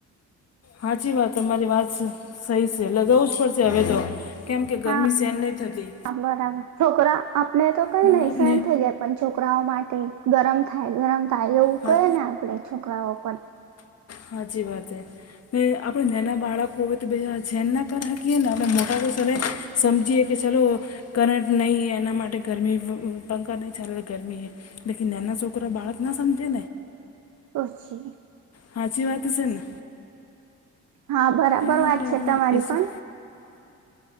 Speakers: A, on the left; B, on the right.
A: હાચી વાત, તમારી વાત સહી છે. લગાવું જ પડશે હવે તો. કેમ કે
B: હા,
A: ગરમી સહેન નહીં થતી
B: બરાબર. છોકરા, આપને તો કઈ
A: ને
B: નહીં, સહન થઈ જાય પણ. છોકરાઓ માટે ગરમ થાય, ગરમ થાય એવું
A: હા
B: કહી ને આપણે છોકરાઓ પણ.
A: હાચી વાત હ. ને આપણે નાના બાળકો હોય તો બીજા જેન ના કરકીએ ને, આપ મોટા તો ચાલે. સમજીએ કે, ચલો કરંટ નહીં, એના માટે ગરમી પંખા નહીં ચાલે ગરમીએ લકી નેના છોકરા, બાળક ના સમજે.
B: પછી
A: હાચી વાત છે ને.
B: હા, બરાબર
A: એના
B: વાત
A: માટે
B: છે
A: આપણે
B: તમારી
A: એસી
B: પણ.